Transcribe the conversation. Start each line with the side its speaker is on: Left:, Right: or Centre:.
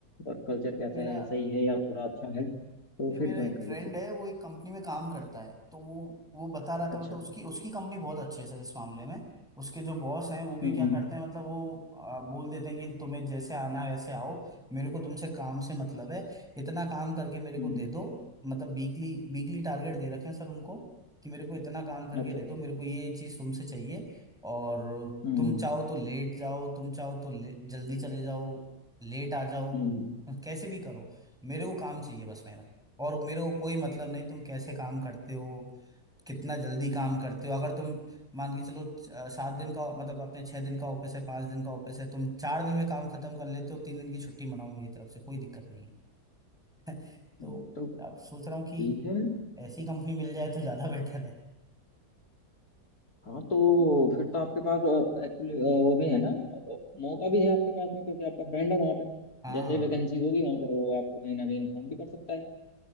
Left: वर्क कल्चर कैसा
Centre: मेरा
Left: है ऐसा ही है या थोड़ा अच्छा है तो
Centre: नहीं
Left: फिर
Centre: मेरा
Left: ज्वाइन
Centre: एक
Left: कर
Centre: फ्रेंड
Left: लीजिए
Centre: है वो एक कंपनी में काम करता है तो वो वो बता रहा
Left: अच्छा
Centre: था मतलब उसकी उसकी कंपनी बहुत अच्छी है सर इस मामले में उसके जो बॉस हैं वो भी
Left: हम्म
Centre: क्या
Left: हम्म
Centre: करते हैं मतलब वो आ, बोल देते हैं कि तुम्हें जैसे आना है वैसे आओ मेरे को तुमसे काम से मतलब है इतना काम करके मेरे को
Left: हम्म,
Centre: दे दो मतलब वीकली वीकली टारगेट दे रखे हैं सर उनको कि मेरे को इतना काम करके
Left: अच्छा
Centre: दे
Left: अच्छा
Centre: दो मेरे को ये चीज़ तुमसे चाहिए और
Left: हम्म
Centre: तुम
Left: हम्म
Centre: चाहो तो लेट जाओ तुम चाहो तो ले- जल्दी चले जाओ लेट आ जाओ
Left: हम्म,
Centre: कैसे भी करो मेरे को काम चाहिए बस मेरा और मेरे को कोई मतलब नहीं तुम कैसे काम करते हो कितना जल्दी काम करते हो अगर तुम मान के चलो च- अ, सात दिन का मतलब अपने छह दिन का ऑफिस है पांच दिन का ऑफिस है तुम चार दिन में काम खत्म कर लेते हो तीन दिन की छुट्टी मनाओ मेरी तरफ से कोई दिक्कत नहीं है <laughs> तो
Left: हम्म, तो
Centre: अब सोच रहा हूँ कि
Left: ठीक है
Centre: ऐसी कंपनी मिल जाए तो ज्यादा <laughs> बेटर है
Left: हाँ तो फिर तो आपके पास एक्चुअली वो भी है ना अ, मौका भी है आपके पास में क्योंकि आपका फ्रेंड है वहाँ पे
Centre: हाँ
Left: जैसे ही वैकेंसी होगी वहाँ पे वो आपको कहीं ना कहीं इन्फॉर्म भी कर सकता है